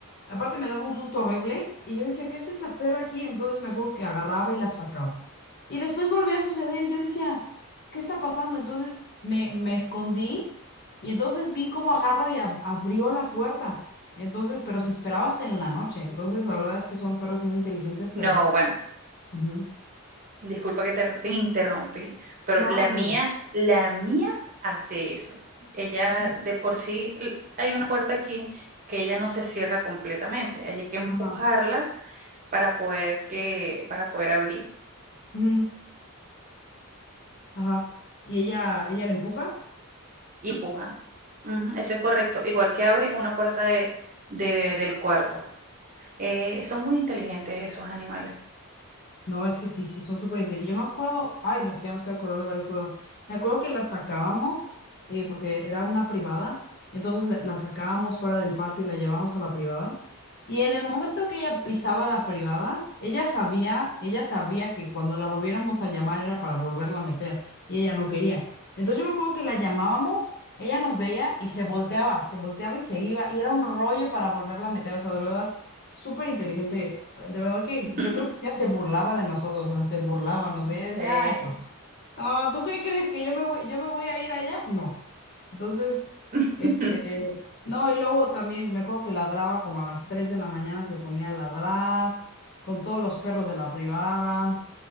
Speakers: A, on the left; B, on the right.
A: Aparte me daba un susto horrible y yo decía, ¿qué hace esta perra aquí? Entonces me acuerdo que agarraba y la sacaba. Y después volvió a suceder y yo decía, ¿qué está pasando? Entonces me, me escondí y entonces vi cómo agarró y ab- abrió la puerta. Entonces, pero se esperaba hasta en la noche. Entonces, la verdad es que son perros muy inteligentes, pero
B: No, bueno.
A: ujú,
B: Disculpa que te <laughs> te interrumpí, pero
A: no
B: la
A: lo dudo.
B: mía, la mía hace eso. Ella
A: Ujú,
B: de por sí, l- hay una puerta aquí que ella no se cierra completamente. Hay que empujarla
A: Ajá.
B: para poder que, para poder abrir.
A: ujú, Ajá. Y ella, ella le empuja.
B: Y empuja. Ujú, eso es correcto. Igual que abre una puerta de, de- del cuarto. Eh, son muy inteligentes esos animales.
A: No, es que sí, sí, son súper interesantes. Yo me acuerdo, ay, no, es que ya me estoy acordando de varias cosas. Me acuerdo que la sacábamos, eh, porque era una privada, entonces la, la sacábamos fuera del patio y la llevábamos a la privada. Y en el momento que ella pisaba la privada, ella sabía, ella sabía que cuando la volviéramos a llamar era para volverla a meter, y ella no quería. Entonces yo me acuerdo que la llamábamos, ella nos veía y se volteaba, se volteaba y se iba, y era un rollo para volverla a meter, o sea, de verdad súper inteligente. De verdad que
B: <laughs>
A: yo creo que ya se burlaba de nosotros, o sea, se burlaba, nos veía
B: Sí.
A: y decía, ay, no, no, ¿tú qué crees que yo me voy, yo me voy a ir allá? No. Entonces,
B: <laughs>
A: este, no, y luego también me acuerdo que ladraba como a las 3 de la mañana, se ponía a ladrar con todos los perros de la privada.